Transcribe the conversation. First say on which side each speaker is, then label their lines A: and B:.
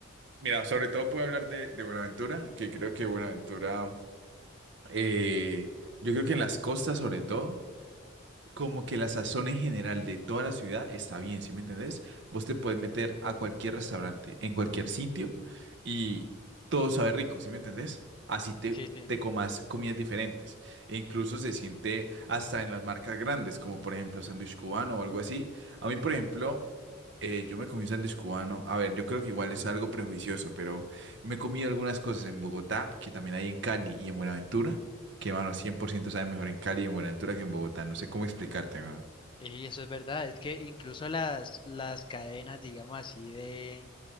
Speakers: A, on the right; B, on the left.
A: mira, sobre todo puedo hablar de, de Buenaventura, que creo que Buenaventura, eh, yo creo que en las costas sobre todo. como que la sazón en general de toda la ciudad está bien, ¿sí me entendés? Vos te puedes meter a cualquier restaurante, en cualquier sitio y todo sabe rico, ¿sí me entendés? Así te,
B: Sí, sí.
A: te comas comidas diferentes. E incluso se siente hasta en las marcas grandes, como por ejemplo sándwich cubano o algo así. A mí, por ejemplo, eh, yo me comí un sándwich cubano. A ver, yo creo que igual es algo prejuicioso, pero me comí algunas cosas en Bogotá, que también hay en Cali y en Buenaventura que, mano, 100% sabe mejor en Cali y en Buenaventura que en Bogotá. No sé cómo explicarte, mano.
B: Y eso es verdad, es que incluso las, las cadenas, digamos así, de